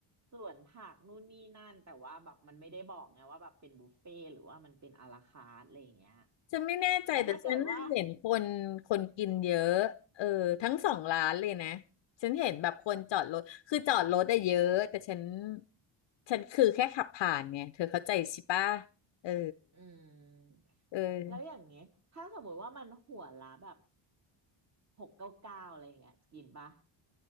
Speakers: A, on the right; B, on the left.
A: สวนผักนู่นนี่นั่นแต่ว่าแบบมันไม่ได้บอกไงว่าแบบเป็นบุฟเฟ่ต์หรือว่ามันเป็นอาราคาร์ทอะไรอย่างเงี้ย
B: ฉันไม่แน่ใจแต่ฉันน่ะเห็นคนคนกินเยอะเออทั้งสองร้านเลยนะ
A: แล้วถ้าเกิดว่า
B: ฉันเห็นแบบคนจอดรถคือจอดรถอะเยอะแต่ฉันฉันคือแค่ขับผ่านเนี่ยเธอเข้าใจใช่ปะเออ
A: อืม
B: เอ
A: แล้วอย่างเงี้ยถ้าสมมติว่ามันหัวละแบบ
B: อ
A: หกเก้าเก้าอะไรอย่างเงี้ยกินปะ